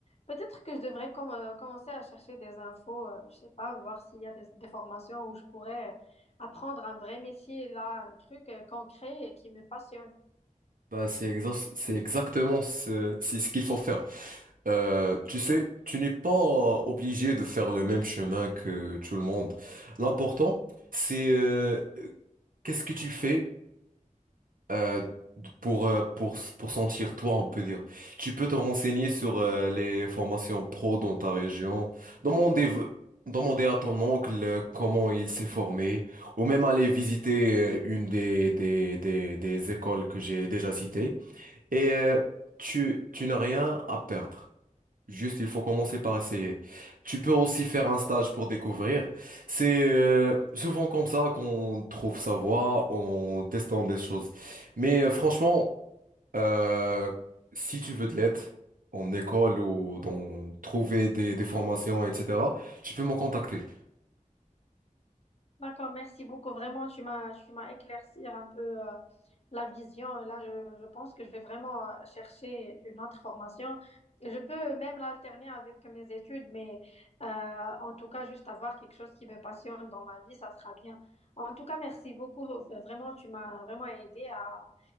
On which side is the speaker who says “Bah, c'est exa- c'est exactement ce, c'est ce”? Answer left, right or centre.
Right